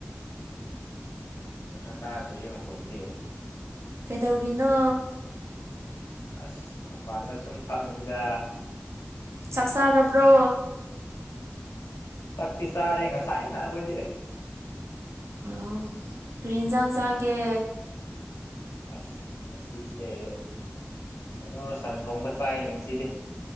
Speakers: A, on the left; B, on the right.
A: ꯐꯖꯅ ꯇꯗꯦ ꯍꯦ ꯃꯈꯣꯟꯗꯤ
B: ꯀꯩꯗꯧꯔꯤꯅꯣ
A: ꯑꯁ ꯃꯄꯥꯟꯗ ꯁꯨꯝ ꯐꯝꯃꯤꯗ
B: ꯆꯥꯛ ꯆꯥꯥꯔꯕ꯭ꯔꯣ
A: ꯆꯥꯛꯇꯤ ꯆꯥꯔꯦ ꯉꯁꯥꯏꯅ ꯑꯩꯈꯣꯏꯗꯤ
B: ꯑꯣ ꯀꯔꯤ ꯑꯟꯖꯥꯡ ꯆꯥꯒꯦ
A: ꯑꯁ ꯉꯁꯤꯁꯦ ꯀꯩꯅꯣ ꯁꯟ ꯊꯣꯡꯕ ꯆꯥꯏꯅꯦ ꯉꯁꯤꯗꯤ